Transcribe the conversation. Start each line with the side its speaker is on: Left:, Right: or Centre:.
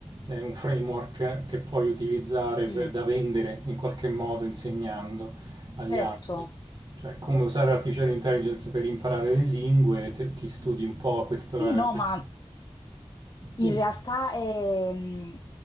Right: eh, un framework che puoi utilizzare
Left: Mm,
Right: per- da vendere in qualche modo insegnando agli
Left: certo.
Right: altri. Cioè, come usare artificial intelligence per imparare le lingue, te- ti studi un po' questo...
Left: Sì, no,
Right: eh, questo.
Left: ma in
Right: Dimmi,
Left: realtà ehm,